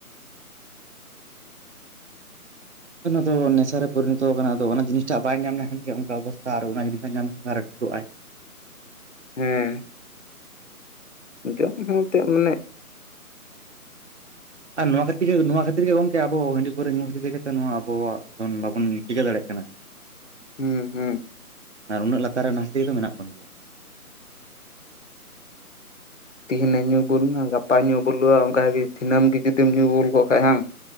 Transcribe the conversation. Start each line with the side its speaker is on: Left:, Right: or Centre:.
Right: ᱚᱱᱟ ᱫᱚ ᱱᱮᱥᱟ ᱨᱮ ᱯᱚᱨᱤᱱᱤᱛᱚ ᱠᱟᱱᱟ ᱟᱫᱚ ᱚᱱᱟ ᱡᱤᱱᱤᱥᱴᱟᱜ ᱵᱟᱭ ᱧᱟᱢ ᱞᱮᱠᱷᱟᱱ ᱜᱮ ᱚᱝᱠᱟ ᱚᱵᱚᱥᱛᱟ ᱟᱨᱚ ᱚᱱᱟ ᱡᱤᱱᱤᱥ ᱴᱟᱜ ᱧᱟᱢ ᱞᱮᱠᱷᱟᱱ ᱜᱮ ᱟᱨᱚ ᱴᱷᱤᱠᱚᱜᱼᱟᱭ᱾
Left: ᱦᱮᱸ᱾ ᱡᱚᱢ ᱞᱮᱱᱠᱷᱟᱱ ᱦᱚᱸ ᱮᱱᱛᱮ ᱢᱟᱱᱮ
Right: ᱟᱨ ᱱᱚᱣᱟ ᱠᱷᱟᱹᱛᱤᱨ ᱜᱮ ᱱᱚᱣᱟ ᱠᱷᱟᱹᱛᱤᱨ ᱜᱮ ᱜᱚᱝᱠᱮ ᱟᱵᱚ ᱦᱟᱺᱰᱤ ᱯᱟᱹᱣᱨᱟᱹ ᱧᱩ ᱠᱷᱟᱹᱛᱤᱨ ᱛᱮᱜᱮ ᱛᱚ ᱱᱚᱣᱟ ᱟᱵᱚᱣᱟᱜ ᱵᱚᱱ ᱵᱟᱵᱚᱱ ᱪᱤᱠᱟᱹ ᱫᱟᱲᱮᱭᱟᱜ ᱠᱟᱱᱟ᱾
Left: ᱦᱩᱸ ᱦᱩᱸ᱾
Right: ᱟᱨ ᱩᱱᱟᱹᱜ ᱞᱟᱛᱟᱨ ᱨᱮ ᱱᱟᱦᱟᱛᱤ ᱫᱚ ᱢᱮᱱᱟᱜ ᱵᱚᱱ ᱜᱮᱭᱟ᱾
Left: ᱛᱤᱦᱤᱧ ᱮᱢ ᱧᱩ ᱵᱩᱞᱱᱟ, ᱜᱟᱯᱟ ᱧᱩ ᱵᱩᱞᱩᱜᱼᱟ ᱚᱝᱠᱟ ᱜᱤ ᱫᱤᱱᱟᱹᱢ ᱜᱤ ᱡᱩᱫᱤᱢ ᱧᱩ ᱵᱩᱞ ᱠᱚᱜ ᱠᱷᱟᱡ ᱦᱟᱝ᱾